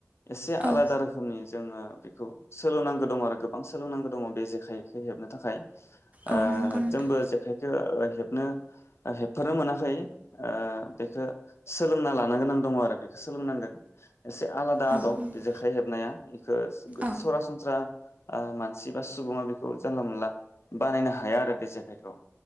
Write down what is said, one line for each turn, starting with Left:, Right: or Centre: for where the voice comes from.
Left: एसे
Right: औ
Left: आलादा रोखोमनि जोङो बेखौ सोलोंनांगौ दङ आरो गोबां सोलोंनांगौ दङ बे जेखाइखो हेबनो थाखाय ओ
Right: औ नंगौ नोंथां
Left: जोंबो जेखाइ हेबनो हेबथनो मोनाखै ओ बेखो सोलोंना लानो गोनां दङ आरो बेखौ सोलोंनांगोन एसे आलादा
Right: औ
Left: आदब
Right: औ
Left: जेखाइ हेबनाया सो‌ गो
Right: औ
Left: सरासनस्रा ओ मानसि बा सुबुङा बेखौ जानला मोनला बानायनो हाया आरो बे जेखाइखौ